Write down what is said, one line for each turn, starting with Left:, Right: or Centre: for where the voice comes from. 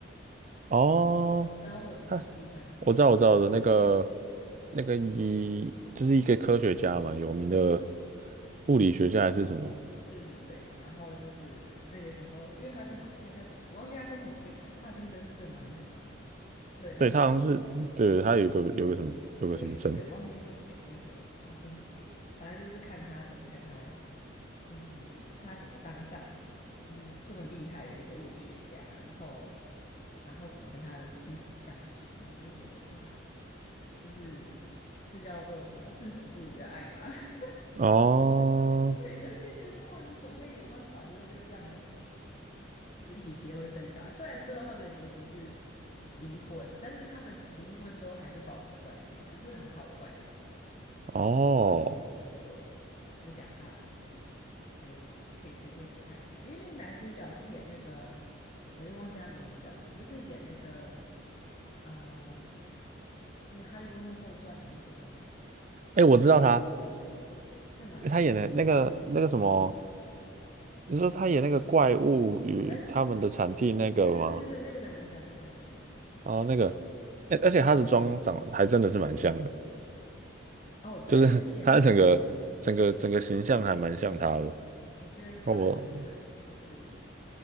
Right: 哦，
Left: 知道霍金吗？
Right: 他
Left: 史蒂芬，
Right: 我知道我知道的那个
Left: 哎，对对对，
Right: 那个一就是一个科学家嘛，有名的物理学家还是什么？
Left: 对对对对，然后就是那个时候，因为他就好，他叫什么，我忘记他生什么病了，帕金森氏症吗还是什么？对，然后
Right: 对，他好像是对他有个有个什么有个什么证。
Left: 有一个，对，我忘记什么病，有什么他生什么病，反正就是看他怎么跟他，就是他怎么当上就是这么厉害的一个物理学家，然后然后怎么跟他的妻子相处，然后就觉得哇，就是这叫做什么至死不渝的爱吧。<laughs>
Right: 哦
Left: 对，你就觉得觉得说，哇，你怎么会有办法，就是跟这样的人就是一起结婚生小孩。虽然最后他们的结局是离婚，但是他们是离婚之后还是保持关系的，就是很好的关系。
Right: 哦，
Left: 对，就讲他的故事，觉得很酷，可以推荐你去看一下。因为那个男主角是演那个啊，我又忘记他名字叫什么，就是演那个呃那个《哈利波特后传》的那个叫什么？
Right: 哎，我知道他，
Left: 对吗？
Right: 因为他演的那个那个什么，
Left: 那个，
Right: 你说他演那个怪物与他们的产地那个吗？
Left: 哎、对对对对对对对对，那个男主角，那个男主角，
Right: 哦，那个，哎，而且他的妆长得还真的是蛮像的，
Left: 哦，对，
Right: 就是
Left: 他演的很像。
Right: <laughs> 他整个整个整个形象还蛮像他的。
Left: 对。我觉得他很厉害欸，
Right: 哦，我
Left: 就是